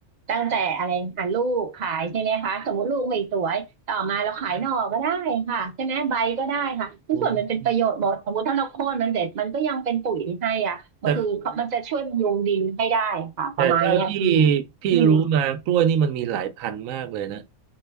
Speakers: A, on the right (about 45°); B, on the right (about 75°).
A: ตั้งแต่อะไรอ่ะลูกขายใช่ไหมคะสมมติลูกไม่สวยต่อมาเราขายหน่อก็ได้ค่ะใช่ไหมใบก็ได้ค่ะทุกส่วนมันเป็นประโยชน์หมดสมมติถ้าเราโค่นมันเสร็จมันก็ยังเป็นปุ๋ยให้อ่ะมันคือมันจะช่วยบำรุงดินให้ได้ค่ะประมาณเนี้ยพี่
B: โอ้แต่แต่เท่าที่พี่รู้มากล้วยนี่มันมีหลายพันธุ์มากเลยนะ
A: อืม